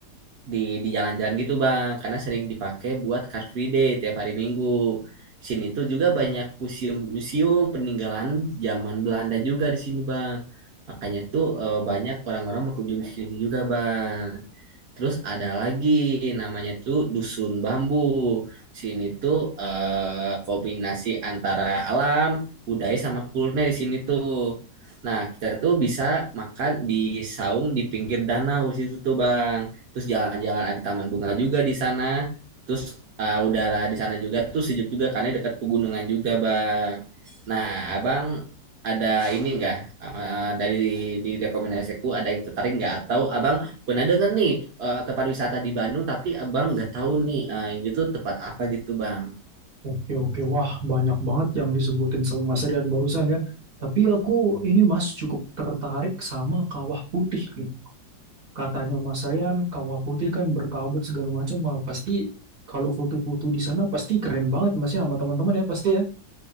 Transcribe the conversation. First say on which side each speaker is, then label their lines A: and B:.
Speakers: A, on the right; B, on the right.
A: di di jalan-jalan gitu bang karena sering dipakai buat Car Free Day tiap hari Minggu di sini tuh juga banyak museum-museum peninggalan zaman Belanda juga di sini bang makanya tuh eh, banyak orang-orang berkunjung di sini juga bang Terus ada lagi namanya tuh Dusun Bambu. Sini tuh eh, kombinasi antara alam, budaya sama kuliner di sini tuh. Nah, kita tuh bisa makan di saung di pinggir danau situ tuh, Bang. Terus jalan-jalan ada taman bunga juga di sana. Terus eh, udara di sana juga tuh sejuk juga karena dekat pegunungan juga, Bang. Nah, Abang ada ini enggak dari dari rekomendasiku ada yang tertarik nggak atau Abang Pernah denger nih eh, tempat wisata di Bandung, tapi abang nggak tahu nih eh, ini tuh tempat apa gitu bang.
B: Oke, oke. Wah, banyak banget yang disebutin sama Mas Rian barusan ya. Tapi aku ini Mas cukup tertarik sama Kawah Putih nih. Katanya Mas Rian, Kawah Putih kan berkabut segala macam. Wah, pasti kalau foto-foto di sana pasti keren banget Mas ya sama teman-teman ya pasti ya.